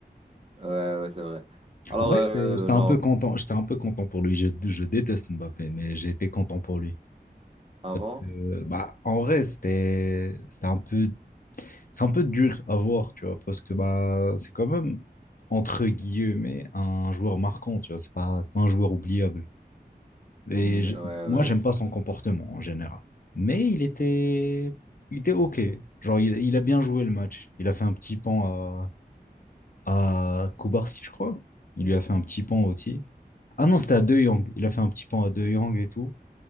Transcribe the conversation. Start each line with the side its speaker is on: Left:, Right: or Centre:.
Right: ouais, ouais, c'est vrai. Alors,
Left: En vrai,
Right: euh,
Left: j'étais j'étais un
Right: genre
Left: peu content. J'étais un peu content pour lui. Je, je déteste Mbappé, mais j'ai été content pour lui.
Right: Avant?
Left: Parce que, bah, en vrai, c'était, c'était un peu, c'est un peu dur à voir, tu vois, parce que, bah, c'est quand même, entre guillemets, un joueur marquant, tu vois, c'est pas, c'est pas un joueur oubliable. Et
Right: Hmm,
Left: je-
Right: ouais,
Left: moi,
Right: ouais.
Left: j'aime pas son comportement en général. Mais il était, il était OK. Genre, il, il a bien joué le match. Il a fait un petit pan à, à Koubarsi, je crois. Il lui a fait un petit pan aussi. Ah non, c'était à De Jong. Il a fait un petit pan à De Jong et tout.